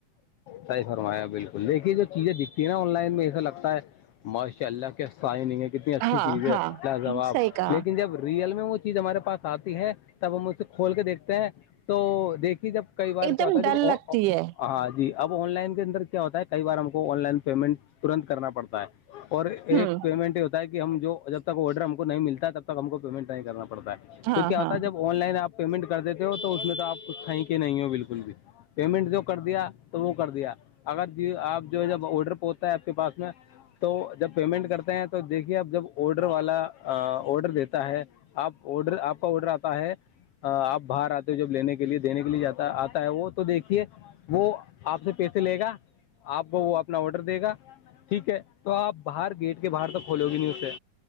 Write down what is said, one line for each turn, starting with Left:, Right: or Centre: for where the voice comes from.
Left: صحیح فرمایا بالکل دیکھیے جو چیزیں دکھتی ہیں نا آن لائن میں ایسا لگتا ہے ماشاء اللہ کیسائی نہیں ہے کتنی اچھی
Right: ہاں
Left: چیز ہے
Right: ہاں
Left: لا جوواب
Right: صحیح کہا
Left: لیکن جب ریئل میں مجھ ہمارے پاس آتی ہے تب ہم اسے کھول کے دیکھتے ہیں تو دیکھیے جب کئی بار
Right: ایک
Left: کیا
Right: دم
Left: ہوتا ہے
Right: ڈر
Left: جب
Right: لگتی ہے
Left: ہاں جی اب آن لائن کے اندر کیا ہوتا ہے کئی بار ہم کو آن لائن پیمنٹ ترنت کرنا پڑتا ہے اور
Right: ہوں
Left: ایک پیمنٹ یہ ہوتا ہے کہ ہم جو جب تک آڈر ہم کو نہیں ملتا ہے تب تک ہم کو پیمنٹ نہیں کرنا پڑتا ہے
Right: ہاں
Left: تو کیا
Right: ہاں
Left: ہوتا جب <unintelligible> آن لائن آپ پیمنٹ کر دیتے ہو تو اس میں تو آپ کھیں کے نہیں ہو بالکل بھی پیمنٹ جو کر دیا تو وہ کر دیا اگر آپ جو ہے جب آڈر پہتا ہے آپ کے پاس میں تو جب پیمنٹ کرتے ہیں تو دیکھیے اب جب آڈر والا آڈر دیتا ہے آپ آڈر آپ کا آڈر آتا ہے <unintelligible> آپ باہر آتے ہو جب لینے کے لیے دینے کے لیے جاتا آتا ہے وہ تو دیکھیے وہ آپ سے پیسے لے گا آپ کو وہ اپنا آڈر دے گا ٹھیک ہے تو آپ باہر گیٹ کے باہر توک کھولو گی نہیں اسے